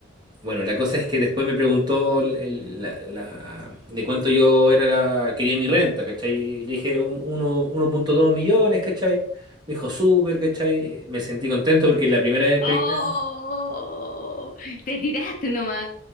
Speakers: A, on the right; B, on the left.
A: Bueno, la cosa es que después me preguntó el- la- la- de cuánto yo era la, quería mi renta, ¿cachai? Y Le dije un- uno- 1.2 millones, ¿cachai? Me dijo súper, ¿cachai? Me sentí contento porque la primera entrevista...
B: ¡Oh! Te tiraste nomás.